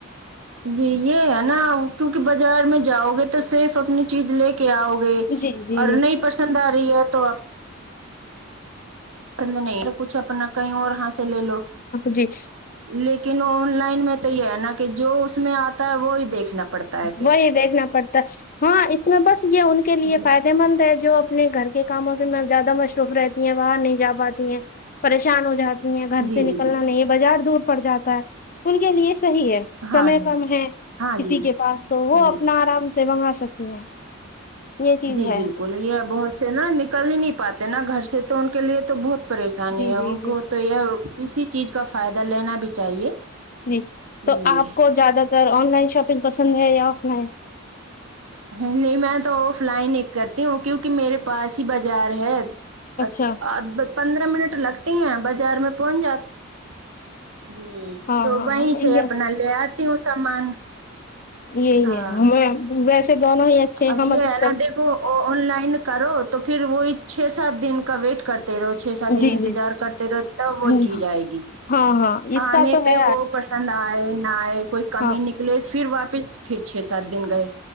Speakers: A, on the right (about 90°); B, on the left (about 45°).
A: جی یہ ہے نا کیونکہ بازار میں جاؤ گے تو صرف اپنی چیز لے کے کہ آؤ گے
B: جی جی
A: اور نہیں پسند آ رہی ہے تو آپ پسند نہیں ا کچھ اپنا کہیں اور ہا سے لے لو
B: جی
A: لیکن آن لائن میں تو یہ ہے نا کہ جو اس میں آتا ہے وہی دیکھنا پڑتا ہے پھر
B: وہی دیکھنا پڑتا ہاں اس میں بس یہ ان کے لیے
A: جی
B: فائدے مند ہے جو اپنے گھر کو کے کاموں سے میں زیادہ مصروف رہتی ہیں باہر نہیں جا پاتی ہیں پریشان ہو جاتی تی ہے گھر
A: جی
B: سے
A: جی
B: نکلنا
A: بالکل
B: نہیں ہے بازار دور پڑ جاتا ہے ان کے لیے صحیح ہے
A: ہاں
B: سمے
A: جی
B: کم ہے
A: ہاں
B: کسی
A: جی
B: کے پاس تو وہ
A: جی
B: اپنا آرام سے منگا سکتی ہیں یہ چیز
A: جی
B: ہے
A: بالکل یہ بہت سے نا نکل ہی نہیں پاتے نا گھر سے تو ان کے لیے تو بہت پریشانی
B: جی
A: ہے
B: جی
A: ان
B: جی
A: کو تو یہ اسی چیز کا فائدہ لینا بھی چاہیے
B: جی تو
A: جی
B: آپ کو زیادہ تر آن لائن شاپنگ پسند ہے یا آف لائن
A: نہیں میں تو آف لائن ایک کرتی ہوں کیوںکہ میرے پاس ہی بازار ہے <unintelligible>
B: اچھا
A: پندرہ منٹ لگتی ہیں بازار میں پہنچ جاتے
B: ہاں
A: تو
B: ہاں
A: وہیں
B: ہاں یہ
A: سے اپنا لے آتی ہوں سامان
B: یہی
A: ہاں
B: ہے ہمیں ویسے دونوں ہی اچھے ہیں
A: اب
B: ہم ادھکتر
A: یہ ہے نا دیکھو آن لائن کرو تو پھر وہی چھ سات دن کا ویٹ کرت کرتے رہو چھ ساتھ دن
B: جی
A: انتظار
B: جی
A: کرتے رہو تب وہ
B: ہاں
A: چیز آئے گی
B: ہاں
A: <unintelligible>
B: اس کا تو ہے
A: پسند آئے نہ آئے کوئی کمی
B: ہاں
A: نکلے پھر واپس پھر چھ سات دن گئے